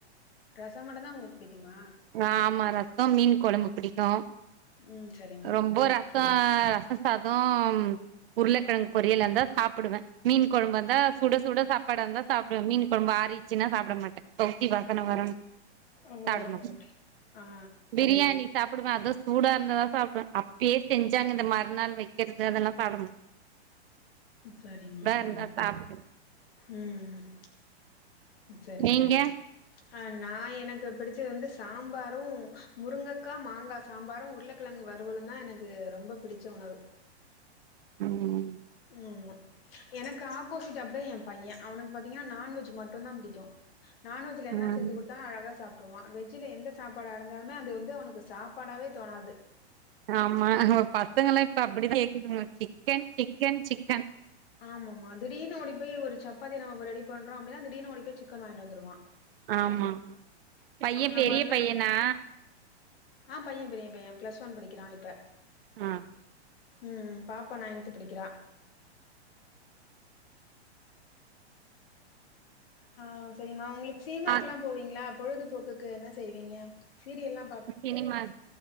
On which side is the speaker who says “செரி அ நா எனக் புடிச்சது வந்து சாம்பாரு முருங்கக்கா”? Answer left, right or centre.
Left